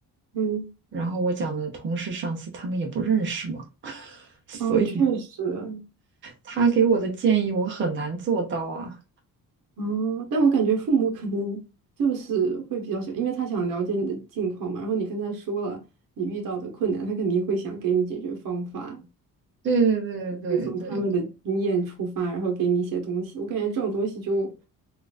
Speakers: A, on the right; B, on the right.
A: 嗯，
B: 然后我讲的同事、上司，他们也不认识嘛，<laughs> 所以
A: 哦，确实，
B: 他给我的建议我很难做到啊。
A: 嗯，但我感觉父母可能就是会比较喜欢，因为他想了解你的近况嘛，然后你跟他说了你遇到的困难，他肯定会想给你解决方法，
B: 对对对对对，
A: 会从他们的经验出发，然后给你一些东西。我感觉这种东西就